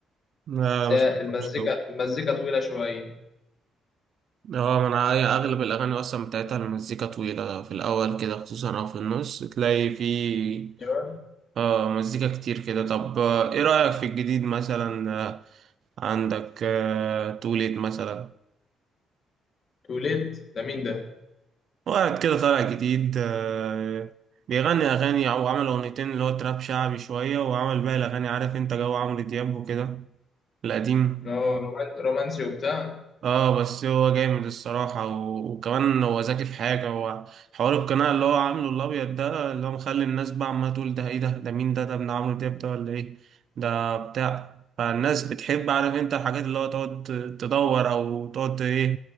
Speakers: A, on the right; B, on the left.
A: ما
B: بس
A: ما
B: هي
A: سمعتهمش
B: المزيكا
A: دول
B: المزيكا طويلة شوية
A: اه ما انا هي اغلب الاغاني اصلا بتاعتها المزيكا طويله في الاول كده خصوصا او في النص تلاقي في
B: ايوه
A: اه مزيكا كتير كده طب آه، ايه رايك في الجديد مثلا آه، عندك آه، توليد مثلا
B: توليت ده مين ده؟
A: وقعد كده طالع جديد آه، بيغني أغاني أو عمل أغنيتين اللي هو تراب شعبي شوية وعمل باقي الأغاني عارف أنت جو عمرو دياب وكده القديم
B: إن هو رومان- رومانسي وبتاع
A: اه بس هو جامد الصراحة و- وكمان هو ذكي في حاجة هو حوار القناع اللي هو عامله الأبيض ده اللي هو مخلي الناس بقى عمالة تقول ده ايه ده ده مين ده ده ابن عمرو دياب ده ولا ايه ده بتاع فالناس بتحب عارف انت الحاجات اللي هو تقعد تدور أو تقعد ايه